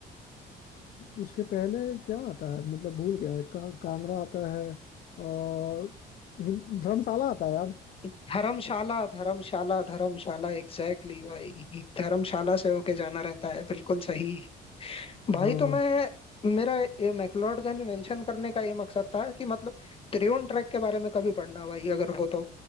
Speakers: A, on the left; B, on the left.
A: उसके पहले क्या आता है मतलब भूल गया का, कांगड़ा आता है और हिम- धर्मशाला आता है यार
B: धर्मशाला धर्मशाला धर्मशाला एग्जैक्टली exactly भाई धर्मशाला से होके जाना रहता है बिल्कुल सही भाई
A: हाँ
B: तो मैं मेरा ये मैक्लोडगंज मेंशन करने का ये मकसद था कि मतलब त्रिउंड ट्रैक के बारे में कभी पढ़ना भाई अगर हो तो